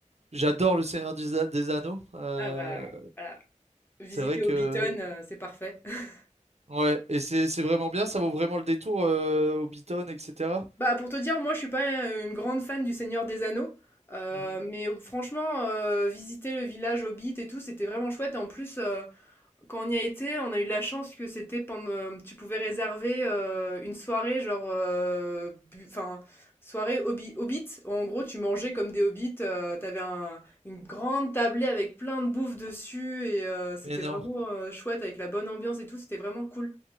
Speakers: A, on the right; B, on the left.
A: j'adore le Seigneur des, A- des Anneaux. Euh,
B: ah bah, voilà, visiter
A: c'est vrai que
B: Hobbiton, heu, c'est parfait. <laughs>
A: Ouais, et c'est c'est vraiment bien, ça vaut vraiment le détour, euh, Hobbiton, etc.
B: Bah, pour te dire, moi, je suis pas, heu, une grande fan du Seigneur des Anneaux, heu,
A: Mhm.
B: mais euh, franchement, heu, visiter le village Hobbit et tout, c'était vraiment chouette et en plus, euh, Quand on y a été, on a eu de la chance que c'était pendant tu pouvais réserver, heu, une soirée genre, heu, bu enfin, soirée hobby hobbit. En gros, tu mangeais comme des hobbits, heu, tu un une grande tablée avec plein de bouffe dessus et heu, c'était
A: Mais non.
B: vraiment, heu, chouette avec la bonne ambiance et tout, c'était vraiment cool.